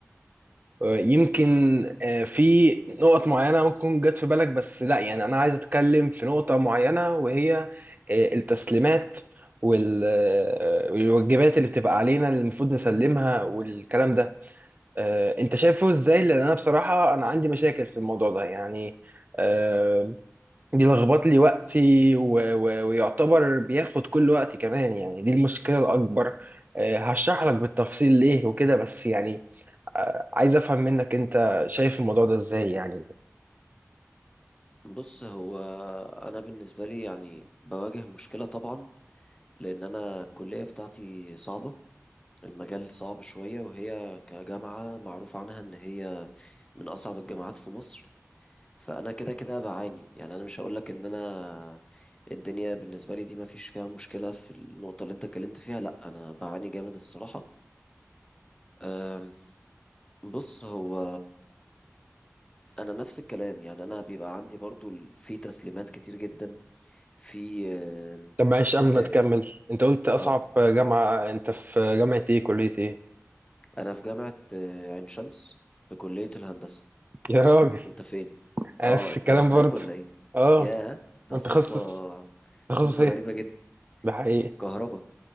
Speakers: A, on the right; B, on the left.
A: ويمكن أه، في نقط معينة ممكن تكون جت في بالك بس لا يعني انا عايز اتكلم في نقطة معينة وهي أه، التسليمات وال- أه، والواجبات اللي بتبقى علينا اللي المفروض نسلمها والكلام ده آه، انت شايفه ازاي لان انا بصراحه انا عندي مشاكل في الموضوع ده يعني آه، دي لخبط لي وقتي و- و- ويعتبر بياخد كل وقتي كمان يعني دي المشكله الاكبر آه، هشرح لك بالتفصيل ليه وكده بس يعني آه، عايز افهم منك انت شايف الموضوع ده ازاي يعني
B: بص هو انا بالنسبه لي يعني بواجه مشكله طبعا لان انا الكليه بتاعتي صعبه المجال صعب شويه وهي كجامعه معروف عنها ان هي من اصعب الجامعات في مصر فانا كده كده بعاني يعني انا مش هقولك ان انا الدنيا بالنسبه لي دي ما فيش فيها مشكله في النقطه اللي انت اتكلمت فيها لا انا بعاني جامد الصراحه أم، بص هو انا نفس الكلام يعني انا بيبقى عندي برضو ال- في تسليمات كتير جدا في آم،
A: طب معلش قبل
B: اه
A: ما تكمل انت قلت اصعب
B: آه.
A: جامعه انت في جامعه ايه كليه ايه
B: انا في جامعة آه، عين شمس في كلية الهندسة
A: <laughs> يا راجل
B: انت فين
A: أنا
B: اه
A: نفس
B: انت
A: الكلام
B: هناك
A: برضه
B: ولا ايه
A: اه
B: ياه ده
A: انت
B: صدفة
A: تخصص تخصص
B: صدفة
A: ايه
B: غريبة جدا
A: ده حقيقي
B: كهربا